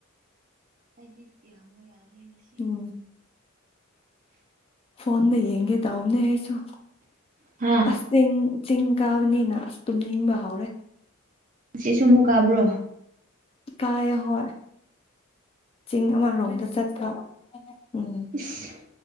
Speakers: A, on the right (about 40°); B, on the left (about 25°).
A: ꯑꯩꯗꯤꯞ ꯌꯥꯝꯕ ꯌꯥꯗ꯭ꯔꯦꯅꯦꯁꯤ
B: ꯇꯨꯎꯝ ꯐꯣꯟꯗ ꯌꯦꯡꯒꯦ ꯇꯧꯕꯥꯅꯦ ꯑꯩꯁꯨ
A: ꯍꯥ
B: ꯑꯁ ꯆꯤꯡ ꯆꯤꯡ ꯀꯥꯕꯅꯤꯅ ꯑꯁ ꯇꯨꯝ ꯅꯤꯡꯕ ꯍꯧꯔꯦ
A: ꯁꯤꯁꯨ ꯑꯃꯨꯛ ꯀꯥꯕ꯭ꯔꯣ
B: ꯇꯥꯌꯦ ꯍꯣꯏ ꯆꯤꯡ ꯑꯃꯔꯣꯝꯗ ꯆꯠꯄ ꯎꯝ
A: ꯏꯁ